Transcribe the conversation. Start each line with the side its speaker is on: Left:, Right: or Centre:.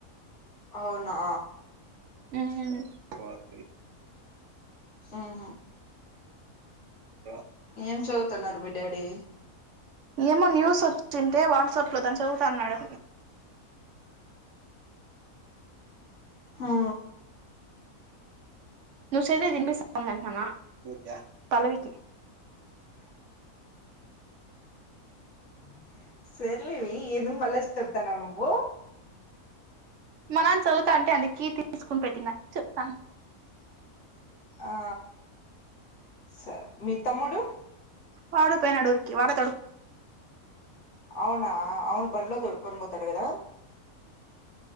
Left: అవునా
Right: అ బ
Left: ఆ ఆ
Right: అ
Left: ఏం చదువుతున్నారు మీ డాడీ
Right: ఏమో న్యూస్ వచ్చింటే వాట్సాప్ లో దాని చదువుతాన్నాడు
Left: హా
Right: నువ్ సేదే దిన్ స్థాందంట నానా పల్లవికి
Left: ఓ సర్లివి ఏందో మళ్ళ చెప్తానా నువ్వు
Right: మా నాన చదువుతా అంటే అందుకీ తీసుకుని పెట్టిన చెప్తాను
Left: ఆ స మీ తమ్ముడు
Right: వాడు పోయినాడు ఓరికి వాళ్ళు
Left: అవునా అవును బండిలో తోడుకొని పోతాడు కదా